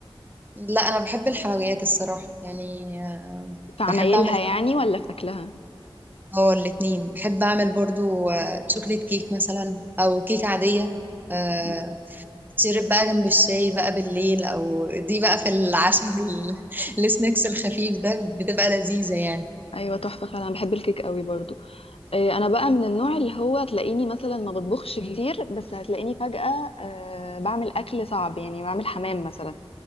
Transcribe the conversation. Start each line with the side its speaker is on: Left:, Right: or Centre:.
Right: لا أنا بحب الحلويات الصراحة يعني آه،
Left: في
Right: بحب
Left: عمايلها
Right: أعمل حلويات
Left: يعني ولا في اكلها
Right: اه الاتنين بحب أعمل برضو آه، شوكليت كيك مثلا أو كيك عادية آه،
Left: مم.
Right: تشرب بقى جنب الشاي بقى بالليل او دي بقى في العشاء والسناكس <laughs> الخفيف ده بتبقى لذيذة يعني
Left: ايوه تحفه فعلا بحب الكيك قوي برضو إيه، انا بقى من النوع اللي هو تلاقيني مثلا ما بطبخش مم. كتير بس هتلاقيني فجأة أه بعمل اكل صعب يعني بعمل حمام مثلا